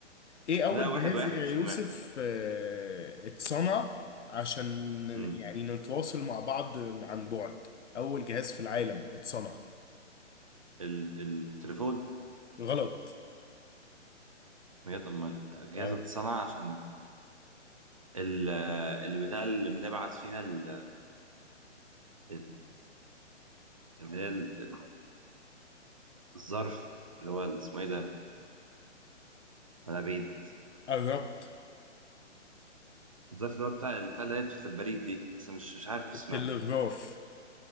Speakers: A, on the left; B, on the right.
A: ايه اول
B: لا واحد
A: جهاز
B: واحد
A: يا
B: مش
A: يوسف
B: اتنين واحد
A: اه، اتصنع عشان
B: امم
A: يعني نتواصل مع بعض عن بعد اول جهاز في العالم اتصنع
B: ال- التليفون
A: غلط
B: بجد اما الجهاز
A: اه
B: اتصنع عشان ال- اللي بتاع اللي بنبعت فيها ال- ال- اللي هي ال- ال- الظرف اللي هو ال- اسمه ايه ده منابيد
A: قربت
B: الظرف اللي هو بتاع بتاع اللي هي بتاعت البريد دي بس مش مش عارف اسمها
A: التلغراف